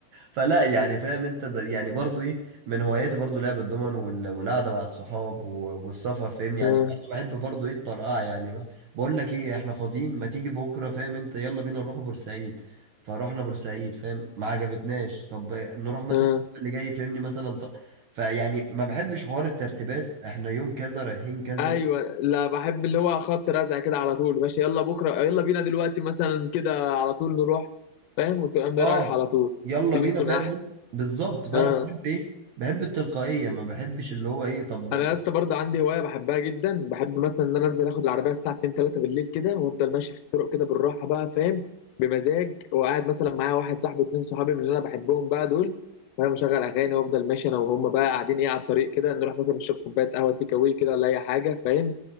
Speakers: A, on the right (about 65°); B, on the left (about 80°).
A: فلا يعني فاهم انت ب... يعني برضو ايه من هواياتي برضو لعب الضمن وال... والقعده مع الصحاب و... والسفر فاهم يعني
B: اه
A: برضو بحب برضو ايه الطرقعه يعني ما... بقول لك ايه احنا فاضيين ما تيجي بكره فاهم انت يلا بينا نروح بورسعيد فروحنا بورسعيد فاهم ما عجبتناش طب نروح مثلا
B: آه.
A: اللي جاي فاهمني مثلا ط... فيعني ما بحبش حوار الترتيبات احنا يوم كذا رايحين كذا
B: ايوه لا بحب اللي هو خبط رزع كده على طول ماشي يلا بكره يلا بينا دلوقتي مثلا كده على طول نروح فاهم وتقوم
A: اه
B: رايح على طول
A: يلا
B: دي
A: بينا
B: بتكون
A: فاهم
B: احسن
A: انت؟ بالظبط فانا
B: اه
A: بحب ايه بحب التلقائيه ما بحبش اللي هو ايه طب
B: انا يا اسطى برضه عندي هوايه بحبها جدا بحب مثلا ان انا انزل اخد العربيه الساعه 2 3 بالليل كده وافضل ماشي في الطرق كده بالراحه بقى فاهم بمزاج وقاعد مثلا معايا واحد صاحبي اتنين صحابي من اللي انا بحبهم بقى دول فانا مشغل اغاني وافضل ماشي انا وهم بقى قاعدين ايه على الطريق كده نروح مثلا نشرب كوبايه قهوه تيك أواي كده ولا اي حاجه فاهم